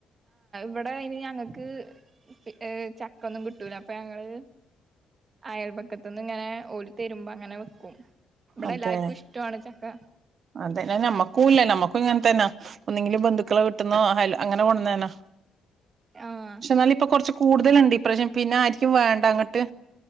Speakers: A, on the right; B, on the right.
A: ഇവടെ അയ്ന് ഞങ്ങക്ക് അ് ചക്കൊന്നും കിട്ടൂല അപ്പൊ ഞങ്ങള് അയൽപക്കത്ത്ന്ന് ങ്ങനെ ഓല്ത്തരുമ്പങ്ങനെ വെക്കും. ഇവിടെ
B: അതെ
A: എല്ലാർക്കും ഇഷ്ടമാണ് ചക്ക
B: അതെ ന നമ്മക്കൂല്ല നമ്മ ഇപ്പ ങ്ങൻതന്നാ ഒന്നെങ്കില് ബന്ധുക്കളെ വീട്ട്ന്നോ ഹൽ അങ്ങനെ കൊണ്ടന്നെന.
A: ആഹ്
B: ക്ഷേ ന്നാല് പ്പൊ കൊറ്ച്ച് കൂടുതലും ഡിപ്രഷൻ പിന്നെ ആരിക്കും വേണ്ട ങ്ങട്ട്